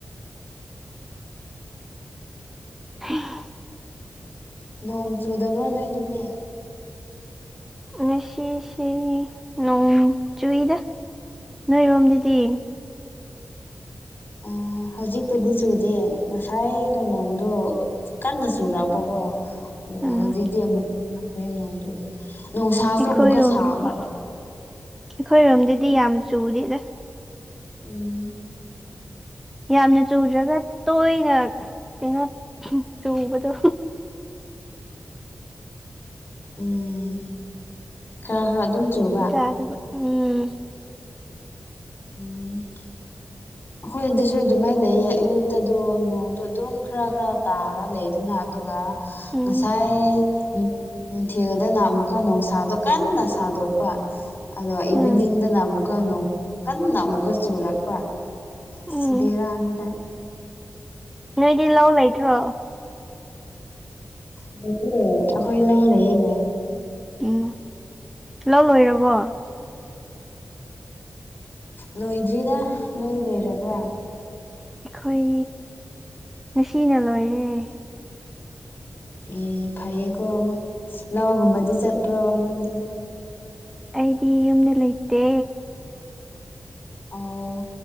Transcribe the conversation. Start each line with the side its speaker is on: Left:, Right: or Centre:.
Centre: <unintelligible>
Left: ꯅꯣꯡ ꯆꯨꯗꯕ꯭ꯔꯣ ꯅꫭꯏꯗꯗꯤ꯫
Centre: ꯉꯁꯤꯁꯦ ꯅꯣꯡ ꯆꯨꯏꯗ ꯅꯣꯏꯔꯣꯝꯗꯗꯤ꯫
Left: ꯑꫭ ꯍꯧꯖꯤꯛꯄꯨꯗꯤ ꯆꯨꯗꯦ ꯉꯁꯥꯏꯗꯣ ꯅꯣꯡꯗꯣ ꯀꯟꯅ ꯆꯨꯔꯛꯄꯀꯣ ꯑꯗꯨꯒ
Centre: ꯑꯥ
Left: ꯍꯧꯖꯤꯛꯇꯤ ꯑꯃꯨꯛꯀ ꯍꯟꯈ꯭ꯔꯦ ꯅꯣꯡꯗꯨ꯫ ꯅꯨꯡꯁꯥꯁꯨ
Centre: ꯑꯩꯈꯣꯏꯔꯣꯝꯗꯗꯤ
Left: ꯑꯃꯨꯛꯀ ꯁꯥꯕ
Centre: ꯑꯩꯈꯣꯏꯔꯣꯝꯗꯗꯤ ꯌꯥꯝ ꯆꯨꯗꯤꯗ꯫
Left: ꯎꯝ꯫
Centre: ꯌꯥꯝꯅ ꯆꯨꯗ꯭ꯔꯒ ꯇꯣꯏꯅ ꯀꯩꯅꯣ ꯆꯨꯕꯗꯣ꯫
Left: ꯎꯝ ꯈꯔ ꯈꯔ ꯑꯗꯨꯝ ꯆꯨꯕ꯫
Centre: ꯌꯥꯗꯕ ꯎꯝ꯫
Left: <unintelligible>
Centre: <inaudible>
Left: ꯑꯩꯈꯣꯏ ꯗꯨꯁꯨ ꯑꯗꯨꯃꯥꯏ ꯂꯩꯌꯦ ꯑꯌꯨꯛꯇꯗꯣ ꯅꯣꯡꯗꯣ ꯑꯗꯨꯝ ꯈꯔ ꯈꯔ ꯇꯥꯔ ꯂꯩꯗꯅ ꯑꯗꯨꯒ
Centre: ꯎꯝ
Left: ꯉꯁꯥꯏ ꯅ ꯅꯨꯡꯊꯤꯜꯗꯅ ꯑꯃꯨꯛꯀ ꯅꯨꯡꯁꯥꯗꯣ ꯀꯟꯅ ꯁꯥꯗꯣꯛꯄ꯫ ꯑꯗꯣ ꯏꯚꯤꯅꯤꯡꯗꯅ
Centre: ꯎꯝ
Left: ꯑꯃꯨꯛꯀ ꯅꫭꯡ ꯀꯟꯅ ꯑꯃꯨꯛꯀ ꯆꯨꯔꯛꯄ ꯑꯁ
Centre: ꯎꯝ
Left: ꯕꯦꯔꯥꯅꯤꯗ꯫
Centre: ꯅꯣꯏꯗꯤ ꯂꯧ ꯂꯩꯇ꯭ꯔꯣ꯫
Left: ꯂꯩꯌꯦ ꯑꯩꯈꯣꯏ ꯂꯥꯎ ꯂꯩꯌꯦ꯫
Centre: ꯎꯝ ꯂꯧ ꯂꯣꯏꯔꯕꯣ꯫
Left: ꯂꯣꯏꯗ꯭ꯔꯤꯗ ꯅꯣꯏ ꯂꯣꯏꯔꯕ꯭ꯔꯥ꯫
Centre: ꯑꯩꯈꯣꯏ ꯉꯁꯤꯅ ꯂꯣꯏꯔꯦ꯫
Left: ꯑꯦ ꯐꯩꯌꯦꯀꯣ ꯂꯧꯒꯨꯝꯕꯗꯤ ꯆꯠꯄ꯭ꯔꯣ ꯅꯪꯗꯤ꯫
Centre: ꯑꯩꯗꯤ ꯌꯨꯝꯗ ꯂꯩꯇꯦ꯫
Left: ꯑꯣ